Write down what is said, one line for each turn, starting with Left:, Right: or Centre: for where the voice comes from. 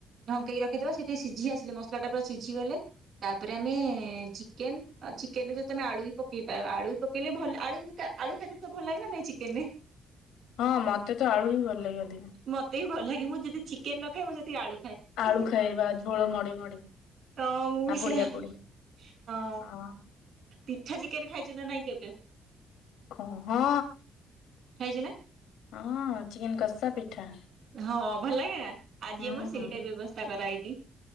Right: ଢଙ୍କେଇକି ରଖିଦବା ସେ ଟିକିଏ ସିଝି ଆସିଲେ ମସଲା ଟା ପୁରା ସିଝି ଗଲେ ତାପରେ ଆମେ ଚିକେନ ଚିକେନ ରେ ଯଦି ତମେ ଆଳୁ ବି ପକେଇ ପାର ଆଳୁ ବି ପକେଇଲେ ଭଲ ଆଳୁ ଭତା ଆଳୁ ଖାଇତେ ଭଲ ଲାଗେ ନାଁ ନାଇଁ ଚିକେନ ରେ
Left: ହଁ ମତେ ତ ଆଳୁ ହିଁ ଭଲ ଲାଗେନି
Right: ମତେ ଭଲ ଲାଗ ମୁଁ ଯଦି ଚିକେନ ନଖାଏ ମୁ ସେତିକି ଆଳୁ ଖାଏ
Left: ଆଳୁ ଖାଇବା ଝୋଳ ମଡେଇ ମଡେଇ
Right: ତ ମୁ
Left: ହାପୁଡି
Right: ବି ସେୟା
Left: ହାପୁଡି
Right: ହ
Left: ହଁ
Right: ପିଠା ଯେ ଚିକେନ ଖାଇଛି ନା ନାଇଁ କେବେ?
Left: ହଁ ହଁ
Right: ଖାଇଛୁ ନା
Left: ହଁ ଚିକନ୍ କ ସ ପିଠା
Right: ହଁ ଭଲ ଲାଗେନା? ଆଜି
Left: ହୁଁ
Right: ଆମର ସେଇଟା
Left: ହୁଁ
Right: ବ୍ୟବସ୍ଥା କରାହଇଛି।